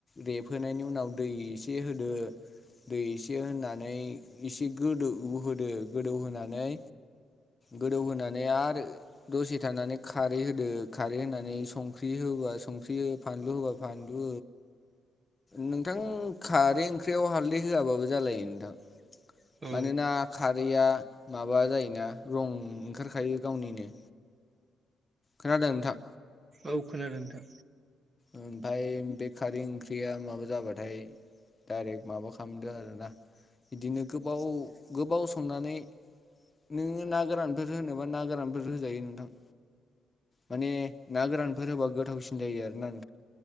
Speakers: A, on the left (about 25°); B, on the right (about 35°).
A: रेबहोनायनि उनाव दै एसे होदो दै एसे होनानै एसे गोदो उ होदो गोदौहानै गोदौहोनानै आरो दसे थानानै खारै होदो खारै होनानै संख्रि हो होबा संख्रि फानलु होबा फानलु नोंथां खारै ओंख्रियाव हालदै होआबाबो जालायो नोंथां
B: औ
A: माने ना खारैया माबा जायोना रं ओंखारखायो गावनिनो खोनादों नोंथां
B: औ खोनादों नोंथां
A: ओमफाय बे खारै ओंख्रिया माबा जाबाथाय डाइरेक्ट माबा खालामदो आरोना बिदिनो गोबाव गोबाव संनानै नोङो ना गोरानफोर होनोबा ना गोरानफोर होजायो नोंथां माने ना गोरानफोर होबा गोथावसिन जायो आरो ना